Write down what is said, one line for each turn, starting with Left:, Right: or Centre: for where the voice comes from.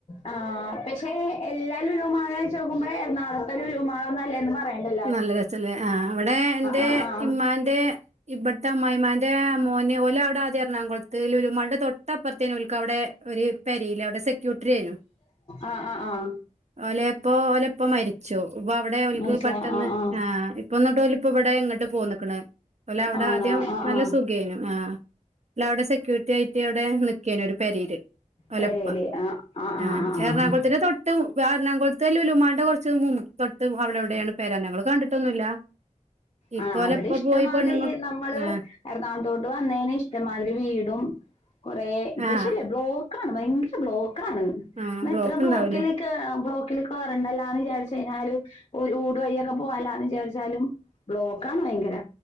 Left: ആ പക്ഷെ എല്ലാ ലുലു മാകും വെച്ച് നോക്കുമ്പോൾ എറണാകുളത്തെ ലുലുമാൾ ആണ് നല്ലത് എന്ന് പറയുന്നുണ്ട്
Right: നല്ല രസല്ലേ ആഹ അവിടെ എറെ
Left: ആഹ് ആഹ്
Right: ഉമ്മാന്റെ ഇവിടുത്തെ അമ്മായിമാന്റെ മോനെ ഇതുപോലെ അവിടെ എറണാകുളത്ത് ലുലു മളുടെ തൊട്ടപ്പുറത്തേനു ഒരുക്ക് അവിടെ ഒരു പെരീലവിടെ സെക്കൂട്രിയേനു
Left: ആഹ ആഹ് ആഹ
Right: ഓലയപ്പോ ഓലിപ്പ മരിച്ചു ഇപ്പൊ അവിടെ അവടെ ഓലക്ക്
Left: മനസ്സില
Right: പെട്ടെന്ന്
Left: ആഹ് ആഹ്
Right: ആ ഇപ്പൊന്നിട്ട് ഓര് ഇപ്പ ഇവിടെ ഇങ്ങോട്ട് പോന്നക്കണ് <unintelligible> അവിടെ
Left: ആണോ
Right: ആദ്യം
Left: ആഹ്
Right: നല്ല
Left: ആഹ്
Right: സുഖ അയിന് ആഹ് അവിടെ സെക്യൂരിറ്റി ആയിട്ട് അവിടെ നിക്കേണ് ഒരു പെരയില് ഒലപ്പ
Left: പെരേല് ആഹ് ആഹ് ആഹ്
Right: ആഹ
Left: ആഹ്
Right: എറണാകുളത്തിന്
Left: ആഹ്
Right: തൊട്ട് തൊട്ട് എറണാകുളത്ത് ലുലുമാളന്റെ കുറച്ച് തൊട്ട് അവിടെവിടെയാണ് പെര നങ്ങൾ കണ്ടിട്ടൊന്നുല്ല ഇപ്പോ
Left: ആഹ്
Right: ഓലെപ്പ
Left: അവിടെ ഇഷ്ടമാതിരി
Right: പോയി പെണ്ണുങ്ങൾ
Left: നമ്മള്
Right: ആഹ്
Left: എറണാകുളത്തോട്ട് വന്നതിന് ഇഷ്ടമാതിരി വീടും കൊറെ പക്ഷെല്ലേ
Right: ആഹ്
Left: ബ്ലോക്ക് ആണ് ഭയങ്കര ബ്ലോക്ക് എന്ന
Right: ആഹ് ബ്ലോക്ക്
Left: എത്ര ബ്ലോക്കിലേ
Right: ഇണ്ടാവൂലേ
Left: ബ്ലോക്കിലൊക്കെ വരണ്ടല്ലാന്ന് വിചാരിച് കഴിഞ്ഞാല് ഊട് വഴിയൊക്കെ പോകാല്ലാന്ന് വിചാരിച്ചാലും ബ്ലോക്ക്‌ ആണ് ഭയങ്കര